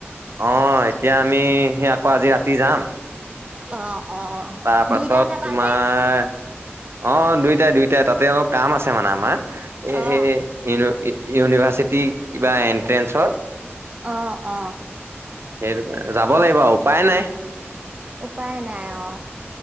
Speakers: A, on the right (about 65°); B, on the right (about 25°).
A: অ এতিয়া আমি সি আকৌ আজি ৰাতি যাম
B: অ অ
A: তাৰপাছত
B: দুইটা যাবানে?
A: তোমাৰ অ দুইটাই দুইটাই তাতে অ কাম আছে মানে আমাৰ এ
B: অ
A: এ ইউ ইউনিভাৰ্চিটি বা এনট্ৰেঞ্চৰ
B: অ অ
A: সেইটো যাব লাগিব আৰু উপায় নাই
B: উপায় নাই অ